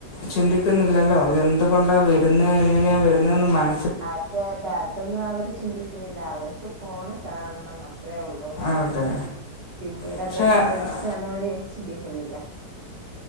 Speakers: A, on the left; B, on the right.
A: ചിന്തിക്കുന്നില്ലല്ലോ ഇത് എന്തുകൊണ്ടാ വെരുന്നെന്ന് എങ്ങനെയാ വരുന്നെന്ന് മന
B: അതെ അതെ അതൊന്നും അവര് ചിന്തിക്ക്ണ്ല്ല അവർക്ക് ഫോണ് കാണണം മതി അത്രേ ഉള്ളു
A: അതെ
B: പിന്നീട്
A: പക്ഷേ
B: എന്താ സംഭവിക്കുവാന്ന് വരെ ശുദ്ധിക്കണില്ല